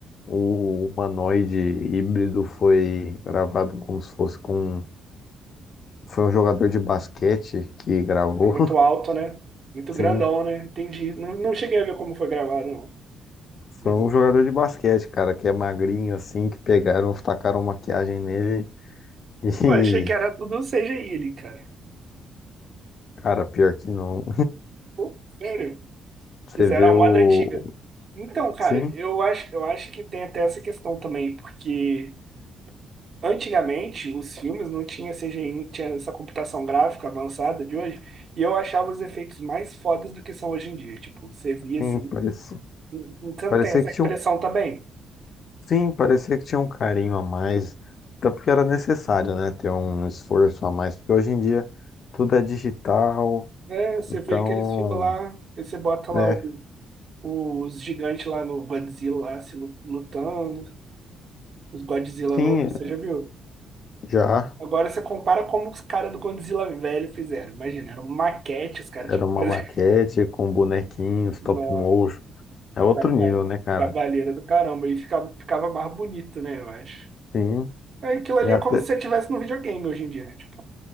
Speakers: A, on the left; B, on the right.
A: o humanoide híbrido foi gravado como se fosse com foi um jogador de basquete que gravou.
B: É muito alto, né? Muito
A: <laughs> Sim.
B: grandão, né? Entendi. Não, não cheguei a ver como foi gravado, não.
A: Foi
B: Mas,
A: um jogador de basquete, cara, que é magrinho assim, que pegaram, tacaram maquiagem nele <laughs> e,
B: pô, achei que era tudo CGI ali, cara.
A: cara, pior que não.
B: Pô, sério.
A: <laughs> Você
B: Fizeram
A: vê
B: a
A: o.
B: moda antiga. Então, cara,
A: Sim,
B: eu acho, eu acho que tem até essa questão também, porque antigamente os filmes não tinha CGI, não tinha essa computação gráfica avançada de hoje, e eu achava os efeitos mais fodas do que são hoje em dia. Tipo, você via
A: sim,
B: assim,
A: parecia.
B: Você
A: Parecia
B: não tem essa
A: que tinha
B: impressão
A: um.
B: também?
A: Sim, parecia que tinha um carinho a mais. Até porque era necessário, né? Ter um esforço a mais. Porque hoje em dia tudo é digital.
B: É, você
A: Então,
B: vê aqueles filmes lá, aí você bota lá
A: é.
B: o- os gigantes lá no Godzilla lá, se lu- lutando, os Godzilla
A: Sim,
B: novos, você já viu?
A: já.
B: Agora você compara como os caras do Godzilla velho fizeram. Imagina, era uma maquete, os caras
A: Era
B: tinham
A: uma
B: que fazer.
A: maquete com bonequinhos,
B: <laughs>
A: stop
B: Nossa,
A: motion. É outro
B: traba-
A: nível, né, cara?
B: trabalheira do caramba. E ficava, ficava mais bonito, né, eu acho.
A: Sim.
B: É, Aquilo ali
A: E até.
B: é como se você estivesse no videogame hoje em dia, né? Tipo,